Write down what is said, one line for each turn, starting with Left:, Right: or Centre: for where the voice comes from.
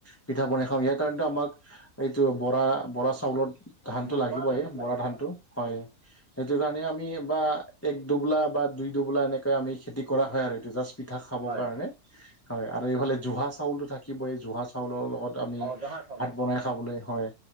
Left: পিঠা বনাই খাওঁ ইয়াৰ কাৰণটো আমাক এইটো বৰা বৰা চাউলত ধানতটো
Right: ব-
Left: লাগিব
Right: বৰা
Left: এই
Right: ধানটো লাগে
Left: বৰা ধানতটো হয়। সেইটো কাৰণে আমি বা এক দুবোলা বা দুই দুবোলা এনেকে আমি খেতি কৰা হয় আৰু এইটো জাপি পিঠা খাবৰ
Right: হয়
Left: কাৰণে হয় আৰু এইফালে জুহা চাউলটো থাকিব এই জুহা চাউলৰ লগত আমি
Right: অঁ জহা চাউল
Left: ভাত
Right: অঁ
Left: বনাই খাবলৈ হয়।